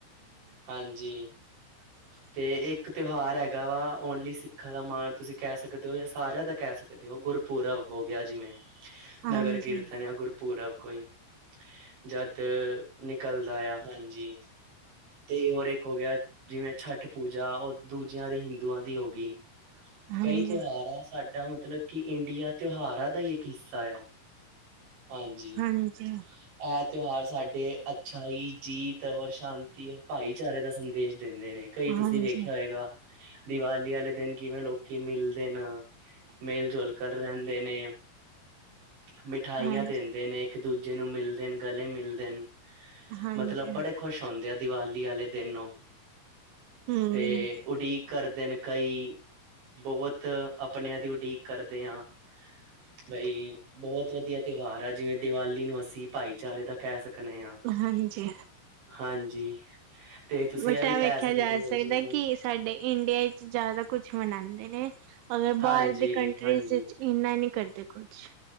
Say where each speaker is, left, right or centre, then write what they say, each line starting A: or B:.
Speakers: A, on the right; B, on the right.
A: ਹਾਂਜੀ।
B: <inaudible>
A: ਤੇ ਇੱਕ ਤਿਉਹਾਰ ਹੈਗਾ ਵਾ ਓਨਲੀ ਸਿੱਖਾਂ ਦਾ ਮਾਣ ਤੁਸੀਂ ਕਹਿ ਸਕਦੇ ਹੋ ਜਾਂ ਸਾਰਿਆਂ ਦਾ ਕਹਿ ਸਕਦੇ ਕ ਉਹ ਗੁਰਪੁਰਬ ਹੋ ਗਿਆ ਜਿਵੇਂ
B: ਹਾਂਜੀ।
A: ਨਗਰ ਕੀਰਤਨ
B: ਹਾਂਜੀ,
A: ਆ ਗੁਰਪੁਰਬ ਕੋਈ ਜਦ ਨਿਕਲਦਾ ਆ ਹਾਂਜੀ ਤੇ ਹੋਰ ਇੱਕ ਹੋ ਗਿਆ ਜਿਵੇਂ ਛਠ ਪੂਜਾ ਉਹ ਦੂਜਿਆਂ ਦੇ ਹਿੰਦੂਆਂ ਦੀ ਹੋ ਗਈ
B: ਹਾਂਜੀ,
A: ਕਈ ਤਿਉਹਾਰ ਆ ਸਾਡਾ ਮਤਲਬ ਕਿ ਇੰਡੀਆ ਤਿਉਹਾਰਾਂ ਦਾ ਹੀ ਇੱਕ ਹਿੱਸਾ ਆ ਹਾਂਜੀ
B: ਹਾਂਜੀ।
A: ਇਹ ਤਿਉਹਾਰ ਸਾਡੇ ਅੱਛਾਈ ਜੀਤ ਔਰ ਸ਼ਾਂਤੀ ਭਾਈਚਾਰੇ ਦਾ ਸੰਦੇਸ਼ ਦਿੰਦੇ ਨੇ ਕਈ
B: ਹਾਂਜੀ,
A: ਤੁਸੀਂ ਵੇਖਿਆ ਹੋਏਗਾ ਦੀਵਾਲੀ ਵਾਲੇ ਦਿਨ ਕਿਵੇਂ ਲੋਕੀ ਮਿਲਦੇ ਨੇ ਮੇਿਲ ਜੁਲ ਕਲ ਰਹਿੰਦੇ ਨੇ ਮਿਠਾਈਆਂ
B: ਹਾਂਜੀ,
A: ਦਿੰਦੇ ਨੇ ਇੱਕ ਦੂਜੇ ਨੂੰ ਮਿਲਦੇਣ ਗਲੇ ਮਿਲਦੇਣ
B: ਹਾਂਜੀ,
A: ਮਤਲਬ ਬੜੇ ਖੁਸ਼ ਹੁੰਦੇ ਆ ਦੀਵਾਲੀ ਵਾਲੇ ਦਿਨ
B: ਹੂੰ।
A: ਤੇ ਉਡੀਕ ਕਰਦੇ ਨੇ ਕਈ, ਬਹੁਤ ਆਪਣਿਆਂ ਦੀ ਉਡੀਕ ਕਰਦੇ ਆ ਬਈ ਬਹੁਤ ਵਧੀਆ ਤਿਉਹਾਰ ਆ। ਜਿਵੇਂ ਦੀਵਾਲੀ ਨੂੰ ਅਸੀਂ ਭਾਈਚਾਰੇ ਦਾ ਕਹਿ ਸਕਣੇ ਆ।
B: ਹਾਂਜੀ,
A: ਹਾਂਜੀ। ਤੇ ਤੁਸੀਂ
B: ਬਟ,
A: ਵੀ
B: ਇਹ
A: ਕਹਿ
B: ਵੇਖਿਆ
A: ਸਕਦੇ
B: ਜਾ
A: ਹੋ
B: ਸਕਦਾ
A: ਜਿਵੇਂ
B: ਕਿ ਸਾਡੇ ਇੰਡੀਆ ਵਿੱਚ ਜਿਆਦਾ ਕੁਛ ਮਨਾਂਦੇ ਨੇ। ਅਗਰ ਬਾਹਰ
A: ਹਾਂਜੀ
B: ਦੀ ਕੰਨਟਰੀਜ਼
A: ਹਾਂਜੀ
B: ਵਿੱਚ ਇਨਾ ਨਹੀਂ ਕਰਦੇ ਕੁੱਛ